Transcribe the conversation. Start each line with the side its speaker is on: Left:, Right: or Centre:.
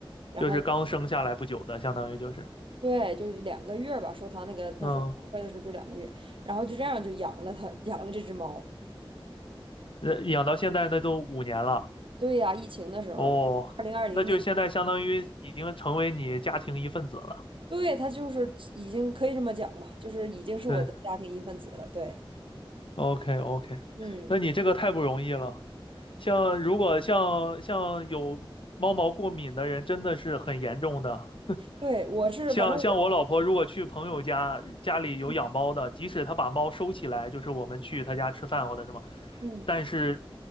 Right: 然后
Left: 就是刚生下来不久的，相当于就是，
Right: 对，就是两个月吧，说他那个那时候跑出来的时候就两个月，
Left: 嗯，
Right: 然后就这样就养了他，养了这只猫。
Left: 呃养到现在那都五年了。
Right: 对呀、疫情的时候，
Left: 哦，
Right: 二零二零年。
Left: 那就现在相当于已经成为你家庭一份子了。
Right: 对，他就是已经可以这么讲吧，就是已经是我的家庭一份子了。
Left: 对
Right: 对，
Left: ，OK OK，
Right: 嗯，
Left: 那你这个太不容易了。像如果像像有猫毛过敏的人，真的是很严重的。
Right: 对，我是，
Left: 像像我老婆如果去朋友家，
Right: 反正我，
Left: 家里有养猫的，
Right: 嗯
Left: 即使她把猫收起来，就是我们去她家吃饭或者什么，
Right: 嗯。
Left: 但是